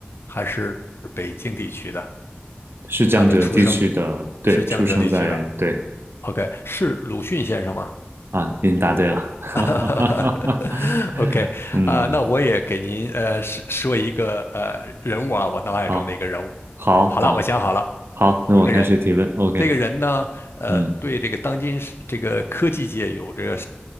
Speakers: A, on the left (about 80°); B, on the right (about 75°).
A: 还是北京地区的？
B: 是江浙地区的，
A: 他的出生
B: 对，
A: 是江浙地区的。
B: 出生在，对。
A: OK，是鲁迅先生吗？
B: 啊，您答对了，<laughs>
A: <laughs> OK，
B: 嗯，
A: 啊、那我也给您呃说说一个呃人物啊，我脑海中的一个人物。
B: 好，好，
A: 好了，
B: 好，
A: 我想好了，
B: 好，那我开始提问，OK，
A: 一个人。这个人呢，呃，
B: 嗯，
A: 对这个当今是这个科技界有着